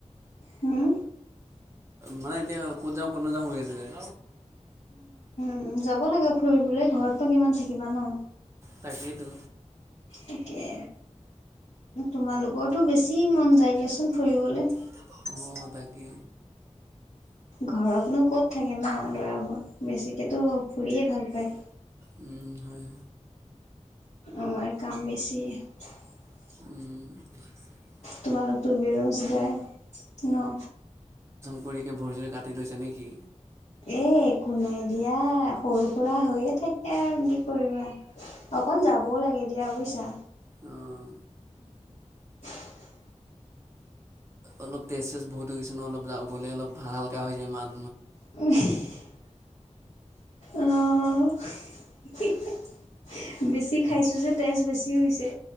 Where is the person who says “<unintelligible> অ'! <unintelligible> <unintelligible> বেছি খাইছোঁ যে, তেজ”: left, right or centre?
Left